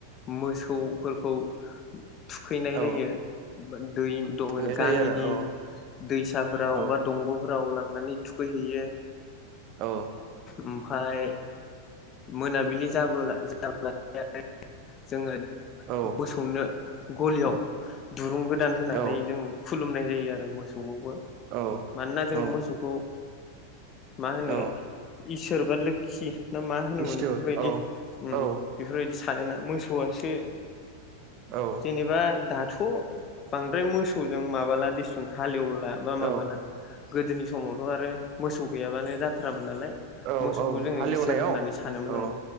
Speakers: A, on the left; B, on the right.
A: मोसौफोरखौ थुखैनाय
B: औ
A: जायो। दै <unintelligible>
B: फुनाय जायो
A: गामिनि
B: आरो
A: दैसाफोराव
B: औ
A: बा दंग' फ्राव लांनानै थुखैहैयो
B: औ
A: ओमफाय मोनाबिलि जाबोला जाब्ला <unintelligible> जोङो
B: औ।
A: खौनो गलियाव दुरुं गोदान होनानै
B: औ
A: जों खुलुमनाय जायो आरो मोसौखौबो।
B: औ
A: मानोना
B: औ
A: जों मोसौखौ मा होनो
B: औ
A: इसोर बा लोखि ना मा होनोमोन
B: इसोर
A: बेफोरबायदि
B: औ
A: ओम
B: औ
A: बेफोरबायदि सानोना मोसौआसो
B: औ
A: जेनेबा दा थ' बांद्राय मोसौजों माबाला दिसुन हालेव ला बा माबाला
B: औ
A: गोदोनि समावथ' आरो मोसौ गैयाबानो जाथारामोन नालाय
B: औ
A: मोसौखौ
B: औ
A: जोङो
B: हालेवनायाव
A: इसोर होननानै सानोमोन
B: औ
A: ओं